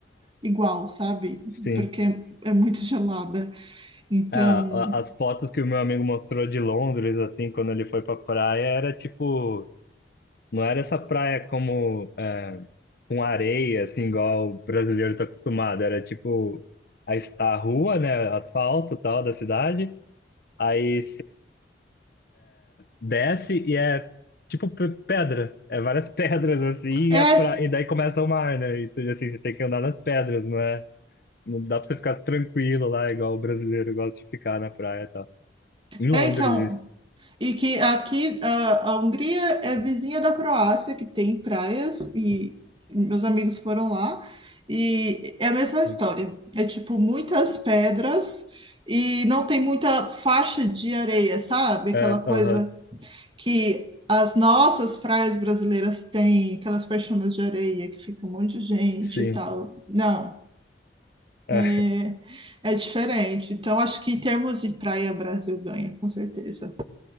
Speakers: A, on the right (about 25°); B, on the left (about 55°).
A: igual, sabe?
B: Sim.
A: Porque é muito gelada. Então,
B: Ah, a- as fotos que o meu amigo mostrou de Londres, assim, quando ele foi pra praia, era tipo. Não era essa praia como é, com areia, assim, igual o brasileiro tá acostumado. Era tipo a, es- a rua, né? Asfalto e tal da cidade. Aí desce e é tipo pe- pedra. É várias <laughs> pedras assim,
A: é,
B: e, a pra... e daí começa o mar, né? E tu, assim, você tem que andar nas pedras, não é? Não dá pra você ficar tranquilo lá, igual o brasileiro gosta de ficar na praia e tal. Em Londres,
A: é então.
B: isso.
A: E que aqui a, a Hungria é vizinha da Croácia, que tem praias, e meus amigos foram lá, e é a mesma história.
B: Sim.
A: É tipo muitas pedras. E não tem muita faixa de areia, sabe? Aquela
B: É,
A: coisa
B: aham,
A: que as nossas praias brasileiras têm, aquelas faixonas de areia que fica um monte de gente
B: sim.
A: e tal. Não,
B: É,
A: é é diferente. Então, acho que em termos de praia, Brasil ganha, com certeza.